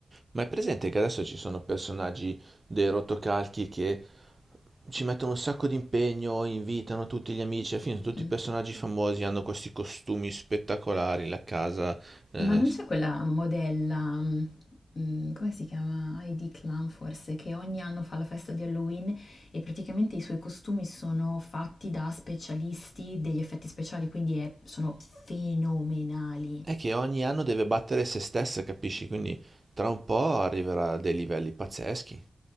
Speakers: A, on the right; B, on the left.
A: Ma è presente che adesso ci sono personaggi dei rotocalchi che ci mettono un sacco di impegno, invitano tutti gli amici, alla fine sono tutti
B: Mm.
A: personaggi famosi, hanno questi costumi spettacolari, la casa, eh,
B: Ma non c'è quella modella, mm, mm, come si chiama? Heidi Klum forse, che ogni anno fa la festa di Halloween e praticamente i suoi costumi sono fatti da specialisti degli effetti speciali, quindi è- sono fenomenali.
A: è che ogni anno deve battere se stessa, capisci? Quindi tra un po' arriverà a dei livelli pazzeschi.